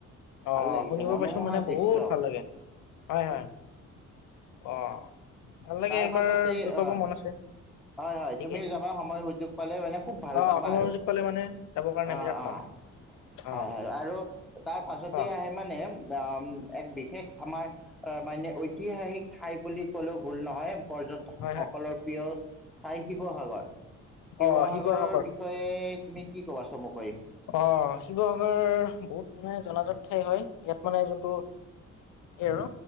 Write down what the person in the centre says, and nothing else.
ভাল লাগিছে
মনোমোহা
দৃশ্য।
তাৰ
পাছতে
আহ।
হয় হয়
তুমি যাবা সময় সুযোগ পালে মানে খুব ভাল
পাবা
আৰু।
অ
অ
হয় হয় আৰু তাৰ পাছতে
আহে মানে অ এক বিশেষ আমাৰ অ মানে ঐতিহাসিক ঠাই বুলি ক'লেও ভুল নহয় পৰ্যটকসকলৰ
প্ৰিয় চাই শিৱসাগৰ। শিৱসাগৰৰ
বিষয়ে তুমি কি ক'বা চমুকৈ।